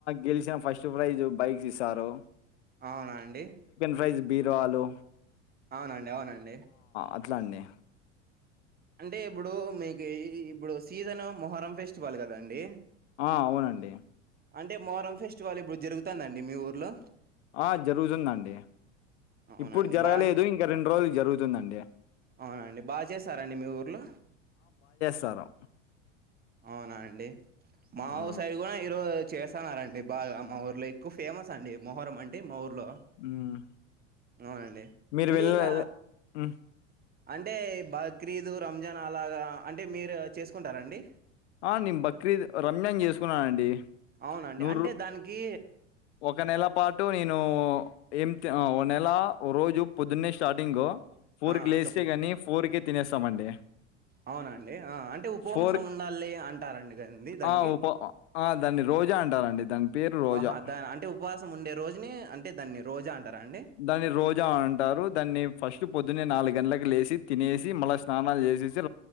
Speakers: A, on the left; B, on the right.
A: గెలిసినా ఫస్ట్ ప్రైజ బైక్స్ ఇస్తారు
B: అవునా అండి
A: ఫ్రైజ్ బీరో వాలు
B: అవునండి అవునండి
A: అట్లా అండి
B: అంటే ఇప్పుడు మీకు ఇప్పుడు సీజను మొహరం ఫెస్టివల్ కదాండి
A: ఆ అవునండి
B: అంటే మొహారం ఫెస్టివల్ ఇప్పుడు జరుగుతందండి మీ ఊర్లో
A: ఆ జరుగుతుందండి
B: అవునండి
A: ఇప్పుడు జరగలేదు
B: బా
A: ఇంకా రెండు రోజులు జరుగుతుందండి
B: అవునండి బాగా చేస్తారండి మీ ఊర్లో
A: తరు
B: అవునా అండి మాఊర్
A: ఆ
B: సైడ్ కూడా ఈరో చేస్తనరండి బాగా మా ఊర్లో ఎక్కువ ఫేమస్ అండి మొహరం అంటే మా ఊర్ లో
A: మ్మ్
B: అవునండి
A: మీరు
B: అంటే
A: వెళ్ళ
B: ఇంగ
A: మ్మ్
B: అంటే బక్రీదు రంజాన్ అలాగా అంటే మీరు చేసుకుంటారా అండి
A: ఆ నేను బక్రీద్ రంజాన్ చేసుకున్నానండి
B: అవునండి
A: నువ్
B: అంటే
A: రు
B: దానికి
A: ఒక నెల పాటు నేన్ ను ఎం త్ ఓ నెల రోజు పొద్దున్నే స్టార్టింగ్ ఫోర్
B: ఆ
A: కి లేస్తే
B: చెప్పండి
A: గాని ఫోర్కే తినేస్తామండి
B: అవునండి అ అంటే ఉపవాసం
A: ఫోర్
B: ఉండాలి అంటారండి కదండి దానికి
A: ఆ ఉప్ ఆ దాన్ని రోజా అంటారండి దాని పేరు రోజా
B: ఆహా దా అంటే ఉపవాసం ఉండే రోజుని అంటే దాన్ని రోజా అంటారా అండి?
A: దాన్ని రోజా అంటారు దాన్ని ఫస్ట్ పొద్దున్ నాలుగంట్ల లేసి తినేసి మళ్ళా స్నానలు చేసేసి